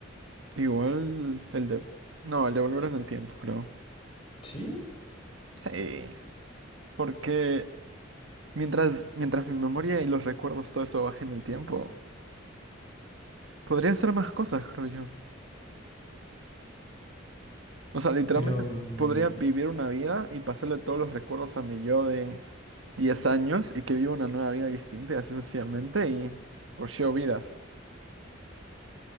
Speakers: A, on the right; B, on the left.
A: Igual el de... No, el de volver en el tiempo, creo.
B: Sí,
A: Sí, porque mientras, mientras mi memoria y los recuerdos, todo eso baje en el tiempo, podría hacer más cosas, creo yo. O sea, literalmente
B: pero, mm,
A: podría vivir una vida y pasarle todos los recuerdos a mi yo de 10 años y que viva una nueva vida distinta y así sucesivamente y rusheo vidas.